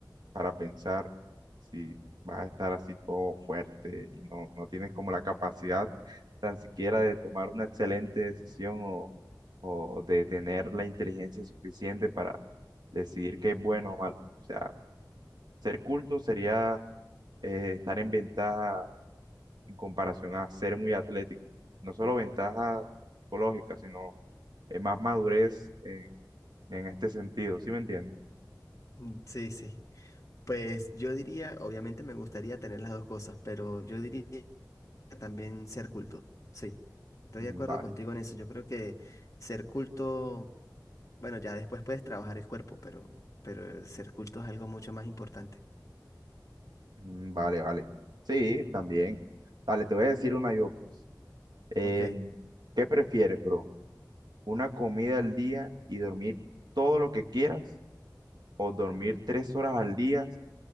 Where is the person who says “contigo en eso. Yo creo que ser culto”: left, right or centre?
Left